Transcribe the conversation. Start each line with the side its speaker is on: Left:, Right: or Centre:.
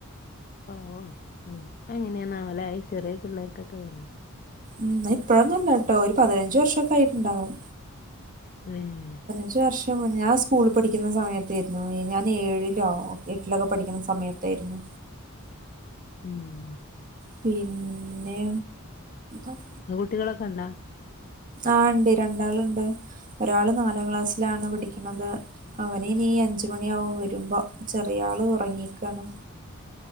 Left: പാവാണ് ഉം അയ് എങ്ങനെന്നാവൂല്ലേ അയ് ചെറിയ പിള്ളേർക്കക്കെ <unintelligible>
Right: ഉം അത് ഇപ്പഴൊന്നും അല്ല കേട്ടോ ഒരു പതിനഞ്ച് വർഷൊക്കെ ആയിട്ടുണ്ടാവും.
Left: ഏഹ്
Right: ഞ്ച് വർഷം മുന്നെ ഞാൻ സ്കൂളിൽ പഠിക്കുന്ന സമയത്തായിരുന്നു. ഞാൻ ഏഴിലോ എട്ടിലൊക്കെ പഠിക്കുന്ന സമയത്തായിരുന്നു.
Left: ഉം
Right: പിന്നെ അഹ്
Left: <unintelligible> ഉണ്ടാ
Right: ആഹ് ഇണ്ട് രണ്ടാള്ണ്ട് ഒരാള് നാലാം ക്ലാസ്സിലാണ് പഠിക്കണത് അവൻ ഇനീ അഞ്ച് മണിയാവും വരുമ്പോ ചെറിയ ആള് ഉറങ്ങിക്കാണ്